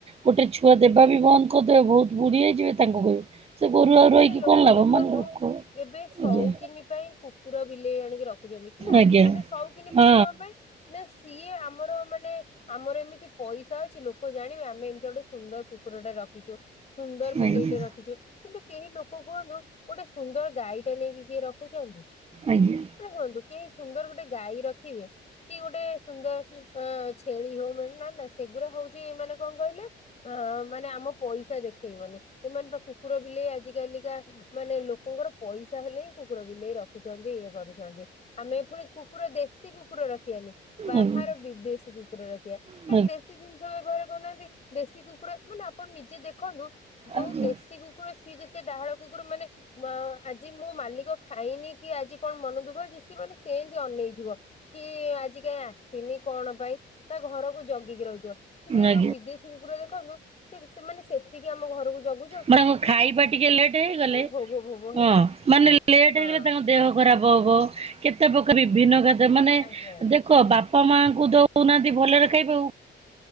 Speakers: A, on the right; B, on the left.
A: ଗୋଟେ ଛୁଆ ଦେବା ବି ବନ୍ଦ କରିଦେବେ ବହୁତ ବୁଢି ହେଇଯିବେ ତାଙ୍କୁ କହିବି ସେ ଗୋରୁ ଆଉ ରହିକି
B: ମାନେ ଲୋକ
A: କଣ ଲାଭ
B: ଦେଖନ୍ତୁ
A: ମାନେ ଲୋକ
B: ଏବେ ସଉକିନି
A: ଆଜ୍ଞା
B: ପାଇଁ କୁକୁର ବିଲେଇ ଆଣିକି ରଖୁଛନ୍ତି କି ଆ
A: ଆଜ୍ଞା
B: ମାନେ ସଉକିନି ପୁଣି
A: ହଁ
B: କଣ ପାଇଁ। ନା ସିଏ ଆମର ମାନେ ଆମର ଏମିତି ପଇସା ଅଛି ଲୋକ ଜାଣିବେ ଆମେ ଏମିତିଆ ଗୋଟେ ସୁନ୍ଦର କୁକୁର ଟା ରଖିଛୁ। ସୁନ୍ଦର ବିଲେଇ
A: ଆଜ୍ଞା
B: ଟେ ରଖିଛୁ। କିନ୍ତୁ କେହି ଲୋକ କୁହନ୍ତୁ ଗୋଟେ ସୁନ୍ଦର ଗାଈଟେ ନେଇକି କିଏ ରଖୁଛନ୍ତି।
A: ଆଜ୍ଞା
B: ଆପଣ କୁହନ୍ତୁ କେହି ସୁନ୍ଦର ଗୋଟେ ଗାଈ ରଖିବେ କି ଗୋଟେ ସୁନ୍ଦର ଅ ଛେଳି ହଉ ମା ନା ନା ସେଗୁଡା ହୋଉଛି ମାନେ କଣ କହିଲେ, ଆ ମାନେ ଆମ ପଇସା ଦେଖେଇବନି। ଏମାନେ ବା କୁକୁର ବିଲେଇ ଆ ଆଜି କାଲିକା ମାନେ ଲୋକଙ୍କର ପଇସା ହେଲେ ହିଁ କୁକୁର ବିଲେଇ ରଖ ଖୁଚନ୍ତି, ଇଏ କରୁଛନ୍ତି। ଆମେ ପୁଣି କୁକୁର ଦେଶୀ କୁକୁର ରଖିବାନି ବାହାର
A: ଆଜ୍ଞା
B: ବିଦେଶୀ କୁକୁର ରଖିବା। କାଇଁ
A: ଆଜ୍ଞା
B: ଦେଶୀ ଜି ବ୍ୟବହାର କରୁନାହାନ୍ତି। ଦେଶୀ କୁକୁର, ମାନେ ଆପଣ ନିଜେ ଦେଖନ୍ତୁ, ଯୋଉ
A: ଆଜ୍ଞା
B: ଦେଶୀ କୁକୁର ସିଏ ଯେ ସେ ଡାହାଳ କୁକୁର ମାନେ ମୋ ଆଜି ମୋ ମାଲିକ ଖାଇନି କି, ଆଜି କଣ ମନ ଦୁଃଖ କି, ସେ ମାନେ ସେମତି ଅନେଇଥିବ। କି ଆଜି କାଇଁ ଆସିନି କଣ ପାଇଁ? ତା ଘରକୁ ଜଗିକି ରହିଥିବ। କିନ୍ତୁ ଏଇ
A: ଆଜ୍ଞା
B: ଯୋଉ ବିଦେଶୀ କୁକୁର ଦେଖନ୍ତୁ, ସେ ସେମାନେ ସେତିକି ଆମ ଘରକୁ ଜଗୁ
A: ମାନେ ତାଙ୍କ ଖାଇବା ଟିକେ ଲେଟ୍ ହେଇଗଲେ।
B: ଭୋ ଭୋ ଭୋ ଭୋ ହେବେ
A: ହଁ, ମାନେ ଲେ ଲେଟ୍
B: ହଁ।
A: ହେଇଗଲେ ତାଙ୍କ ଦେହ ଖରାପ ହବ। କେତେ ପ୍ରକାର ଭିନ୍ନ ଖାଦ୍ୟ ମାନେ
B: ଆଜ୍ଞା।
A: ଦେ ଦେଖ ବାପା ମାଙ୍କୁ ଦଉନାହାନ୍ତି ଭଲରେ ଖାଇବାକୁ